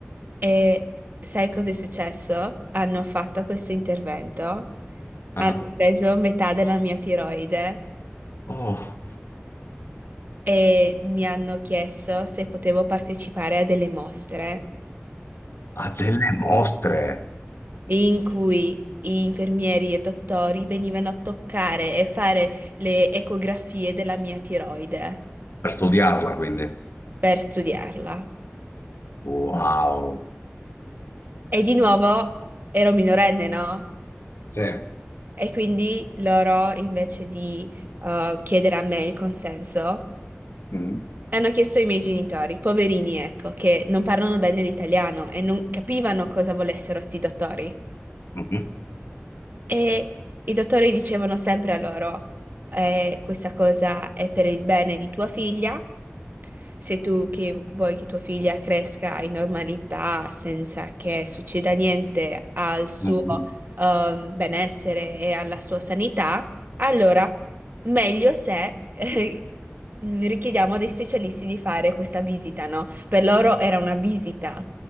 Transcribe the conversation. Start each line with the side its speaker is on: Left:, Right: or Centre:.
Right: E sai cosa è successo? Hanno fatto questo intervento,
Left: Ah.
Right: hanno preso metà della mia tiroide
Left: Oh,
Right: e mi hanno chiesto se potevo partecipare a delle mostre.
Left: ha delle mostre
Right: in cui infermieri e dottori venivano a toccare e fare le ecografie della mia tiroide
Left: per studiarla, quindi.
Right: per studiarla.
Left: Wow.
Right: E di nuovo ero minorenne, no?
Left: Sì.
Right: E quindi loro, invece di eh, chiedere a me il consenso,
Left: Mhm,
Right: hanno chiesto ai miei genitori, poverini, ecco, che non parlano bene l'italiano e non capivano cosa volessero sti dottori.
Left: mhm,
Right: E i dottori dicevano sempre a loro, eh, questa cosa è per il bene di tua figlia, se tu che vuoi che tua figlia cresca in normalità senza che succeda niente al suo
Left: mhm.
Right: ehm, benessere e alla sua sanità, allora meglio se eh, mh, richiediamo a dei specialisti di fare questa visita, no? Per loro era una visita,